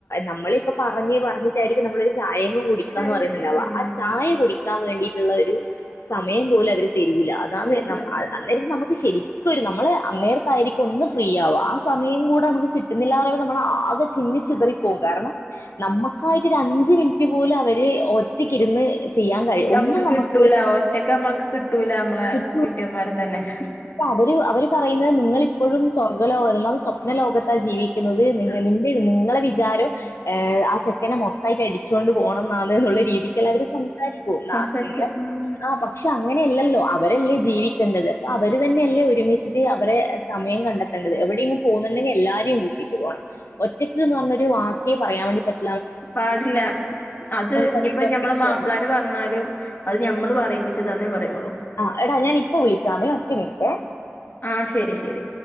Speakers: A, on the left; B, on the left.
A: നമ്മള് ഇപ്പ പറഞ്ഞ് പറഞ്ഞിട്ടായിരിക്കും നമ്മളൊരു ചായയും കുടിക്കാന്ന്
B: ചായ
A: പറയുന്നില്ല
B: കുടിക്ക ഉം
A: ആ ചായ കുടിക്കാൻ വേണ്ടിട്ടുള്ള ഒരു സമയം പോലെ അവര് തരൂല്ല അതാണ്
B: തരില്ല
A: അന്നേരം നമുക്ക് ശരി ക്ക് വരും. നമ്മള് അന്നേരത്തായിരിക്കും ഒന്ന് ഫ്രീ ആവ ആ സമയം കൂടെ നമുക്ക് കിട്ടുന്നില്ലാ റിമ്പം നമ്മൾ ആകെ ചിന്നിച്ചിതറിപ്പോവും കാരണം നമ്മക്കായിട്ട് ഒരു അഞ്ച് മിനിറ്റ് പോലും അവര് ഒറ്റക്കിരുന്ന് ചെയ്യാൻ കഴിയും
B: നമ്മുക്ക്
A: ഒന്നും നമുക്ക്
B: കിട്ടൂല ഒറ്റക്ക് നമ്മക്ക് കിട്ടൂല നമ്മളെ
A: കിട്ടില്ല
B: കെട്ടിയന്മാരെ ത <unintelligible>
A: <unintelligible> അവര് അവര് പറയുന്നത് നിങ്ങള് പ്പഴും സ്വർഗലോക എന്നാൽ സ്വപ്ന ലോകത്താ ജീവിക്കുന്നത് <unintelligible> നിങ്ങളെ ആരോ ആ ചെക്കനെ മൊത്തായിട്ട് അടിച്ചോണ്ടു പേണം നാളെ എന്നുള്ള രീതിക്കല്ലോ അവര് സംസാരിക്കൂ നമ്മൾ
B: സംസാരിക്ക ഉം
A: ആ പക്ഷെ അങ്ങനെയല്ലല്ലോ അവരെല്ലേ ജീവിക്കേണ്ടത് അപ്പൊ അവര് തന്നെയല്ലേ ഒരുമിച്ചിട്ട് അവരെ സമയം കണ്ടെത്തോണ്ടത് കണ്ടത് എവിടെ പോകുന്നുണ്ടെങ്കിൽ എല്ലാരെയും കുട്ടിട്ട് പോകണം ഒറ്റക്ക് എന്ന് പറഞ്ഞ ഒരു വാക്കെ പറയാൻ വേണ്ടി പറ്റു
B: പാടില്ല അത് ഇനിയിപ്പോ
A: സമയത്ത് ഒറ്റക്ക്
B: ഞമ്മളെ മാപ്പിളാര്
A: പോണ്ടേ
B: പറഞ്ഞാലും അത് ഞമ്മള് പറയും പറയിപ്പിച്ച് തന്നെ പറയുള്ളൂ
A: ആ എടാ ഞാാനിപ്പോ വിളിക്കമേ ഒറ്റ മിനിറ്റ്
B: ആ ശരി ശരി